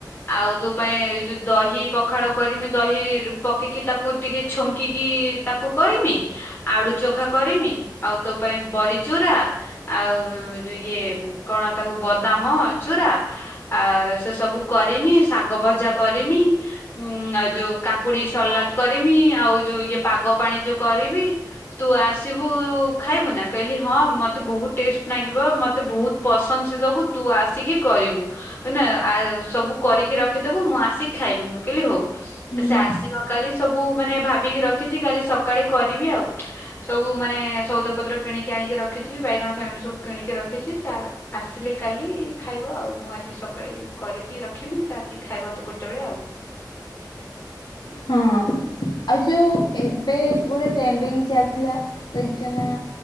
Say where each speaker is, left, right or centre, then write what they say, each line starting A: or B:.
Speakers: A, on the left; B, on the left.
A: ଆଉ ତୋ ପାଇଁ ଏଇ ଯୋଉ ଦହି ପଖାଳ କରିମି ଦହି ପକିକି ତାକୁ ଟିକେ ଛୁଙ୍କିକି ତାକୁ କରିମି। ଆଡୁ ଚୋଖା କରିମି ଆଉ ତୋ ପାଇଁ ବରି ଚୁରା ଆଉ ଉଁ ଯୋଉ ଇଏ କଣ ତାକୁ ବଦାମ ଚୁରା। ଆ ସେ ସବୁ କରିମି ଶାଗ ଭଜା କରିମି ଉଁ ଆଉ ଯୋଉ କା କୁଡି ସଲାଦ୍ କରିମି ଆଉ ଯୋଉ ଇଏ ପାଗ ପାଣି ଯୋଉ କରିବି। ତୁ ଆସିବୁ ଖାଇବୁ ନା କଇଲି ହଁ ମୋତେ ବହୁତ୍ ଟେଷ୍ଟ ଲାଗିବ ମତେ ବହୁତ୍ ପସନ୍ଦ୍ ସେ ସବୁ ତୁ ଆସିକି କରିବୁ। ଅ ନା <unintelligible> ସବୁ କରିକି ରଖିଦବୁ ମୁଁ ଆସିକି ଖାଇମି ମୁଁ କଇଲି ହଉ
B: ହୁଁ
A: ଏ ସେ ଆସିବ କାଲି ସବୁ ମାନେ ଭାବିକି ରଖିଚି କାଲି ସକାଳେ କରିବି ଆଉ। ସବୁ ମାନେ ସଉଦା ପତ୍ର କିଣିକି ଆଣିକି ରଖିଚି ବାଇଗଣ ଫାଇଗଣ ସବୁ କିଣିକି ରଖିଚି ସେ ଆ ଆସିଲେ କାଲି ଖାଇବ ଆଉ। ମୁଁ ଆଜି ସକାଳେ କରିକି ରଖିମି ସେ ଆସିକି ଖାଇବ ତ ଗୋଟେ ବେଳେ ଆଉ।
B: ହଁ ଆଉ ଯୋଉ ଏବେ ଗୋଟେ ଟେନ୍ଡିଙ୍ଗ୍ ଚାଲିଥିଲା ଦେଖଚୁ ନା?